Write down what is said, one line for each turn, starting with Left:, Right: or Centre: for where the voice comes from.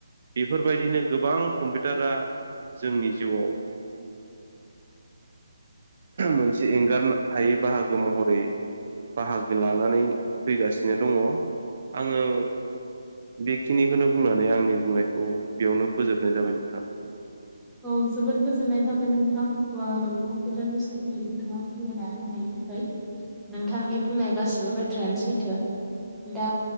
Right: बेफोरबायदिनो गोबां कम्पिउटारा जोंनि जिउआव मोनसे एंगारनो हायै बाहागो महरै बाहागो लानानै फैगासिनो दङ आङो बेखिनिखौनो बुंनानै आंनि बुंनायखौ बेयावनो फोजोबनाय जाबाय नोंथां
Centre: औ जबोद गोजोननाय थाबाय नोंथां कम्पिउटारनि सोमोन्दै नोंथाङा फोरमायना होनायनि थाखाय नोंथांनि बुंनाय गासिबो बथ्रायानो सैथो दा